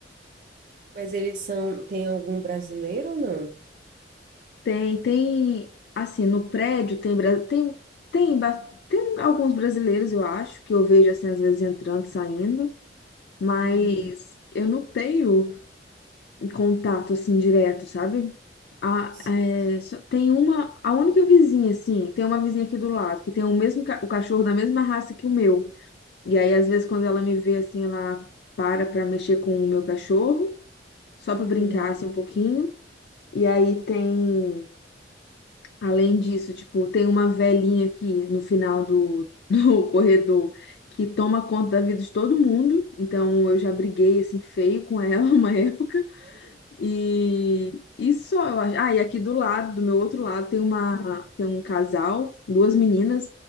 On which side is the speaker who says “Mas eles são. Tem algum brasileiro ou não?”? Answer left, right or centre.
Right